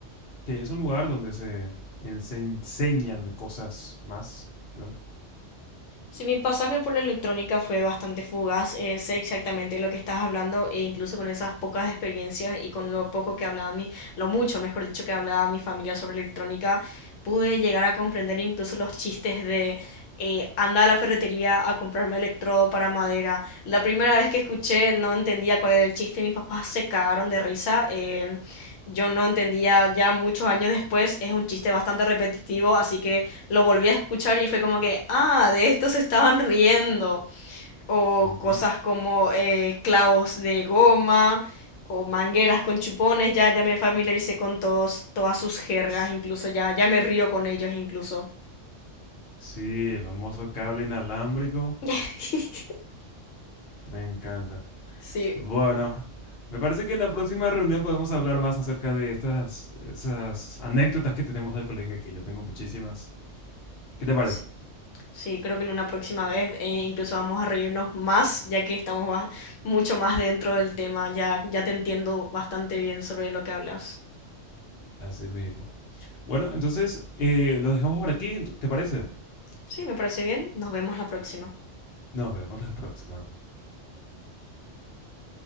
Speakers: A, on the left; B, on the left.
A: que es un lugar donde se, en- se enseñan cosas más, ¿verdad?
B: Sí, mi pasaje por la electrónica fue bastante fugaz, eh, sé exactamente lo que estás hablando e incluso con esas pocas experiencias y con lo poco que hablaba mi, lo mucho, mejor dicho, que hablaba mi familia sobre electrónica, pude llegar a comprender incluso los chistes de eh, anda a la ferretería a comprarme electrodo para madera. La primera vez que escuché no entendía cuál era el chiste, mis papás se cagaron de risa. eh, yo no entendía ya muchos años después, es un chiste bastante repetitivo, así que lo volví a escuchar y fue como que, ah, de esto se estaban riendo. O
A: Ujú.
B: cosas como eh, clavos de goma o mangueras con chupones, ya, ya me familiaricé con todos, todas sus jergas,
A: Pues,
B: incluso ya, ya me río con ellos incluso.
A: Sí, el famoso cable inalámbrico,
B: <laughs>
A: me encanta.
B: Sí,
A: Bueno, me parece que en la próxima reunión podemos hablar más acerca de estas esas anécdotas que tenemos del colegio, que yo tengo muchísimas. ¿Qué te parece?
B: sí, sí, creo que en una próxima vez eh, incluso vamos a reírnos más, ya que estamos más- mucho más dentro del tema, ya, ya te entiendo bastante bien sobre lo que hablas.
A: Así mismo. Bueno, entonces eh, lo dejamos por aquí, ento- ¿te parece?
B: Sí, me parece bien, nos vemos la próxima.
A: Nos vemos la próxima.